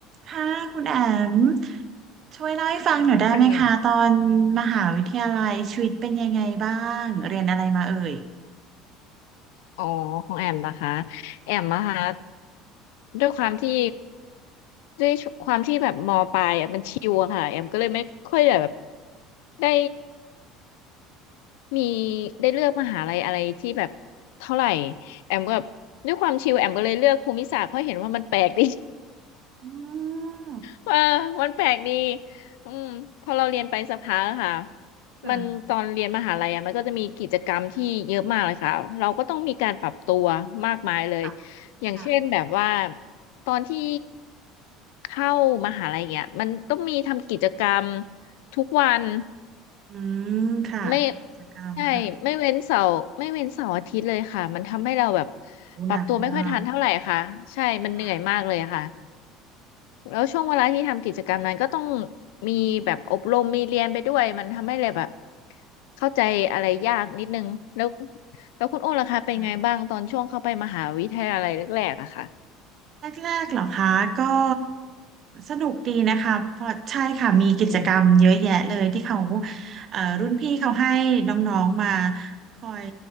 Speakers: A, on the right; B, on the left.
A: ค่ะคุณแอมช่วยเล่าให้ฟังหน่อยได้ไหมคะตอน
B: แอม
A: มหาวิทยาลัยชีวิตเป็นยังไงบ้างเรียนอะไรมาเอ่ย
B: อ๋อของแอมนะคะแอมนะคะด้วยความที่ด้วยความที่แบบมปลายอ่ะมันชิวอะค่ะแอมก็เลยไม่ค่อยได้แบบได้มีได้เลือกมหาลัยอะไรที่แบบเท่าไหร่แอมก็แบบด้วยความชิวแอมก็เลยเลือกภูมิศาสตร์เพราะเห็นว่ามันแปลกดี
A: อืม
B: เออมันแปลกดีอืมพอเราเรียนไปสักพักอะค่ะ
A: ค่ะ
B: มันตอนเรียนมหาลัยอ่ะมันก็จะมีกิจกรรมที่เยอะมากเลยค่ะ เราก็ต้องมีการปรับตัวมากมายเลย
A: ค่ะ
B: อย่างเช่นแบบว่า
A: ค่ะ
B: ตอนที่เข้ามหาลัยเนี่ยมันต้องมีทำกิจกรรมทุกวัน
A: อืมค่ะกิจกรรมค่ะ
B: ไม่ใช่ไม่เว้นเสาร์ไม่เว้นเสาร์อาทิตย์เลยค่ะมันทำให้เราแบบ
A: อู้หนักมาก
B: ปรับตัวไม่ค่อยทันเท่าไหร่ค่ะ ใช่
A: ค่
B: มันเหนื่อยมากเลยอะค่ะ แล้วช่วงเวลาที่ทำกิจกรรมนั้นก็ต้องมีแบบอบรมมีเรียนไปด้วยมันทำให้เลยแบบเข้าใจอะไรยากนิดนึงแล้วแล้วคุณโอ้ล่ะคะเป็นไงบ้างตอนช่วงเข้าไปมหาวิทยาลัยแรกๆอะค่ะ
A: ะ แรกๆเหรอคะก็สนุกดีนะคะเพราะใช่ค่ะมีกิจกรรมเยอะแยะเลยที่เขา
B: อืม
A: เอ่อรุ่นพี่เขาให้น้องๆมาคอย